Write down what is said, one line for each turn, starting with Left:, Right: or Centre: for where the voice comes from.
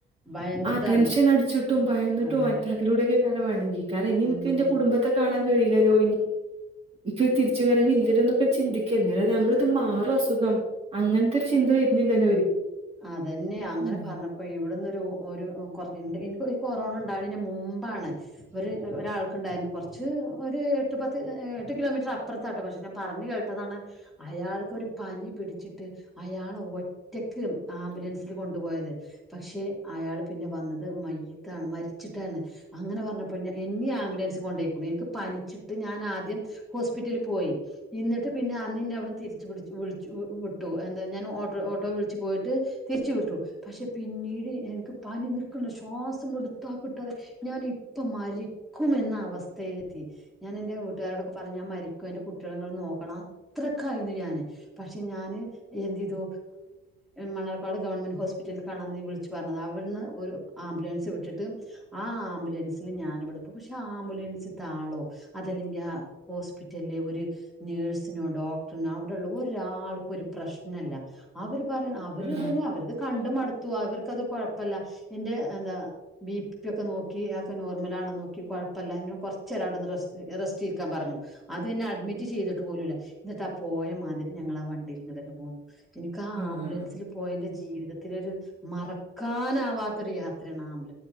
Centre: ഭയന്നിട്ടാണ്
Right: ആ ടെൻഷൻ അടിച്ചിട്ടും ഭയന്നിട്ടും
Centre: അതെ
Right: അതിലൂടെയൊക്കെ കാരണം വേണെങ്കിൽ കാരണം ഇനി
Centre: ഉം
Right: എനിക്ക് എന്റെ കുടുംബത്തെ കാണാൻ <unintelligible> എനി തിരിച്ചു വരവില്ലല്ലോന്നൊക്കെ ചിന്തിക്കല്ലേ അതെ നമ്മളിത് മാറും അസുഖം അങ്ങൻത്തെ ഒരു ചിന്ത വരുന്നില്ലല്ലോ
Centre: അതന്നെ അങ്ങനെ
Right: ഉം
Centre: പറഞ്ഞപ്പോ ഇവിടന്ന് ഒരു കൊ എനിക്ക് കൊറോണ ഉണ്ട് ണിനന് മുമ്പാണ് ഒരു ഒരാൾക്കുണ്ടായി കൊർച്ച് ഒരു എട്ട് പത്ത് എട്ട് കിലോമീറ്റർ അപ്പർത്താട്ടോ പക്ഷ ഞാ പറഞ്ഞ് കേ ട്ടതാണ് അയാൾക്കൊര് പനി പിടിച്ചിട്ട് അയാള് ഒറ്റക്ക് ആംബുലൻസില് കൊണ്ടുപോയത്. പക്ഷെ അയാൾ പിന്നെ വന്നത് മയ്യത്താണ് മരിച്ചിട്ടാണ്. അങ്ങനെ പറഞ്ഞപ്പ ഞാ എന്നീ ആംബുലൻസ് കൊണ്ടോയിക്ക്ണ് എനിക്ക് പനിച്ചിട്ട് ഞാന് ആദ്യം ഹോസ്പിറ്റലിൽ പോയി. ഇന്നി ട്ട് പിന്നെ അന്ന് ഇന്നേ അവ്ട്ന്ന് തിരിച്ച് പിടിച്ചു വിളി ച്ചു വിട്ടു. എന്താ ഞാൻ ഓട്ടോ ഓട്ടോ വിളിച്ച് പോയി ട്ട് തിരിച്ചു വിട്ടു. പക്ഷെ പിന്നീട് എനിക്ക് പനി നിക്ക്ല്ല ശ്വാസം മിട്ത്ത കിട്ടാതെ ഞാൻ ഇപ്പ മരിക്കുംഎന്ന അവസ്ഥയില് ത്തി. ഞാന് എന്റെ വീട്ടുകാരോടൊക്കെ പറ ഞ്ഞു ഞാൻ മരി ക്ക് ഇന്റെ കുട്ടിളെ ഇങ്ങള് നോക്കണം. അത്രക്കായിനു ഞാന് പക്ഷെ ഞാന് എന്തെയ്തു മണ്ണാർക്കാട് ഗവൺമെന്റ് ഹോസ്പിറ്റ ൽ ക്കാണന്ന് വിളിച്ച് പറഞ്ഞത്. അവര്ന്ന് ഒരു ആംബുലൻസ് വിട്ടിട്ട് ആ ആംബുലൻസില് ഞാനിവിടെ പക്ഷെ ആ ആംബുലൻസ്ത്ത ആളോ അതല്ലെങ്കി ആ ഹോസ്പിറ്റലിലെ ഒരു നേഴ്സിനോ ഡോക്ടറിനോ അവിടെള്ള ഒരാൾക്ക് ഒരു പ്രശ്നല്ല. അവര് പറയ് അവരിതന്നെ
Right: ഉം
Centre: അവര് ഇത് കണ്ട് മട് ത്തു. അവർക്കത് കൊഴപ്പല്ല. എന്റെ എന്താ ബീ പ് ത്തി ഒക്കെ നോക്കി അ ഒക്ക നോർമലാണ് നോക്കി കൊഴപ്പല്ല ഇന്നെ കൊർച്ചേരം ആടെന്ന് റസ് റെസ്റ്റ് ഇരിക്കാൻ പറഞ്ഞു. ആദ്യ എന്നെ അഡ്മിറ്റ് ചെയ്തിട്ട് പോലൂല്ല. ഇന്നിട്ട് ആ പോയ മാതിരി ഞങ്ങള് ആ വണ്ടീല് ഇങ്ങട്ടന്നെ പോന്നു. എനിക്ക് ആ
Right: ഉം
Centre: ആംബുലൻസില് എന്റെ ജീവിതത്തില ഒരു മറക്കാനാവാത്തൊരു യാത്രയാണ് അ